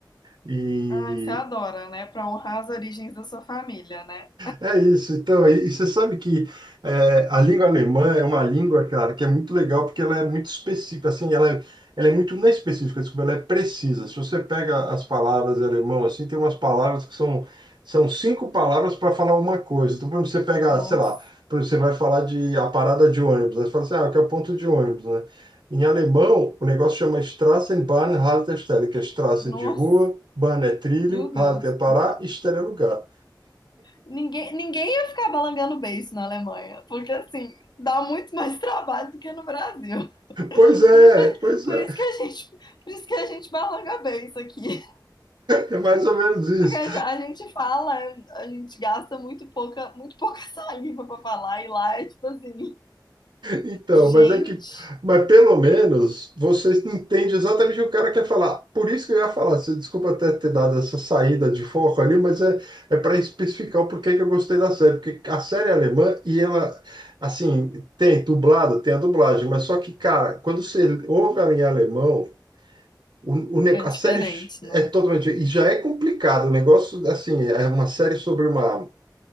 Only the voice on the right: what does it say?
e
É isso, então, e, e você sabe que é, a língua alemã é uma língua, cara, que é muito legal porque ela é muito específica, assim, ela é, ela é muito, não é específica, desculpa, ela é precisa. Se você pega as palavras em alemão, assim, tem umas palavras que são, são cinco palavras para falar uma coisa. Então, por exemplo, você pega,
sei lá, por exemplo, você vai falar de a parada de ônibus, aí você fala assim, ah, que é o ponto de ônibus, né? Em alemão, o negócio chama Straßenbahn, Haltestelle, que é Straßen
de rua, Bahn é trilho,
Halt é parar, e Stelle é lugar.
Pois é,
pois
é,
é mais ou menos isso.
Então,
mas é que, mas pelo menos você entende exatamente o que o cara quer falar. Por isso que eu ia falar, você, desculpa até ter dado essa saída de foco ali, mas é, é para especificar o porquê que eu gostei da série, porque a série é alemã e ela, assim, tem dublado, tem a dublagem, mas só que, cara, quando você ouve ela em alemão, o, o, ne-
a
série
é totalmente. E já é complicado. O negócio, assim, é uma série sobre uma,